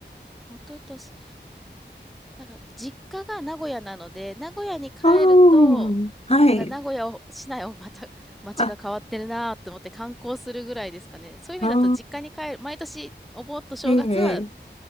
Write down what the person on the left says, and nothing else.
ああ、はい。
あ、
ああ、
ええ、